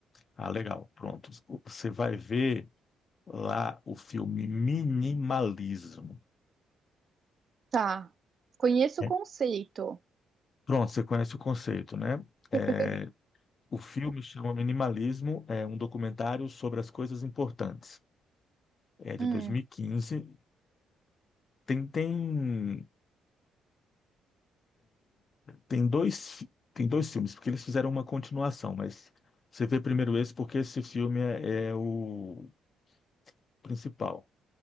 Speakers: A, on the left (about 45°); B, on the right (about 45°).
A: Ah, legal. Pronto. Você vai ver lá o filme Minimalismo.
B: Tá. Conheço
A: É,
B: o conceito.
A: Pronto, você conhece o conceito, né? É,
B: <laughs>
A: o filme chama Minimalismo, é um documentário sobre as coisas importantes. É de
B: Hum,
A: 2015. Tem, tem, tem dois, tem dois filmes, porque eles fizeram uma continuação, mas você vê primeiro esse, porque esse filme é, é o principal.